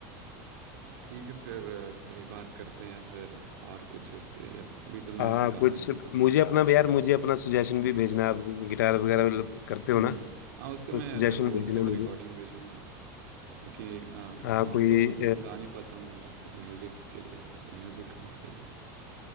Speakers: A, on the right; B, on the left.
A: ठीक है फिर अ, कभी बात करते हैं या फिर और कुछ इस पे या अभी तो मैं
B: हाँ
A: उसे गाने
B: कुछ
A: सुन रहा हूँ
B: मुझे अपना यार मुझे अपना सुजेशन भी भेजना आप गिटार वगैरह ल- करते
A: हम्म
B: हो ना
A: हाँ उसका
B: तो
A: मैं
B: सजेशन
A: अगर हो
B: भेजना
A: सके तो
B: मुझे
A: रिकॉर्डिंग भेजूंगा क्योंकि
B: हाँ
A: सॉन्ग
B: कोई
A: तो गा नहीं पाता हूँ बस म्यूज़िक के लिए है तो म्यूज़िक हाँ सही है